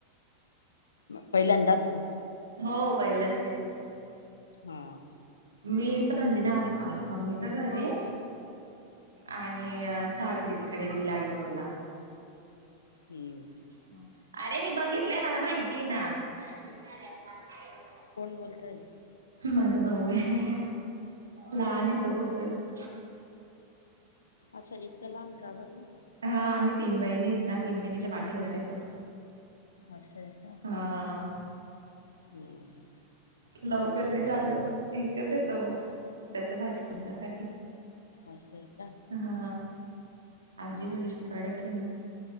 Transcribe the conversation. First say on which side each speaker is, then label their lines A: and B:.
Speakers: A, on the left; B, on the right.
A: म पहिल्यांदाच का?
B: हो पहिलचये.
A: हा
B: मी इथं म्हणजे न्हावे कॉलेज मम्मीचं घरये आणि आणि सासरी तिकडे बिलाडी रोडला
A: हम्म
B: म अरे मी बघितलंय मला माहितीये ना मला दिसलं नाय खाट खाली होत.
A: कोण बोलतय.
B: हो माझ भाऊ हाय लहानये तो खूपच
A: असाण इतका लहान का बर मं
B: हा आम्ही तीन बहिणीयेत ना तीन बहिणीच्या पाठीवरये तो.
A: असय का.
B: हा
A: हम्म
B: लवकर नय झालं एकच ये तो त्याच्यासाठी मुलासाठी
A: असंय का
B: हा आजी
A: हा
B: थोडीशी कडकये ना.